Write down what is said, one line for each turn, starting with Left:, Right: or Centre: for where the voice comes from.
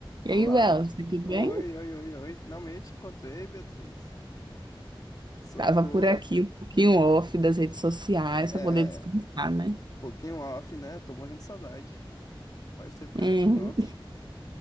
Right: E
Left: Olá.
Right: aí, Wells, tudo
Left: Oi,
Right: bem?
Left: oi, oi, oi. Finalmente encontrei, Beatriz. Socorro.
Right: Tava por aqui um pouquinho off das redes sociais
Left: É,
Right: para poder descansar, né?
Left: pouquinho off, né? Tô morrendo de saudade. Faz tempo que eu
Right: Uhum.
Left: não te encontro.